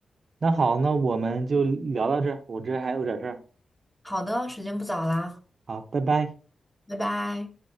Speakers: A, on the right; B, in the centre.
A: 那好，那我们就聊到这儿，我这还有点事儿，
B: 好的，时间不早啦，
A: 好，拜拜。
B: 拜拜。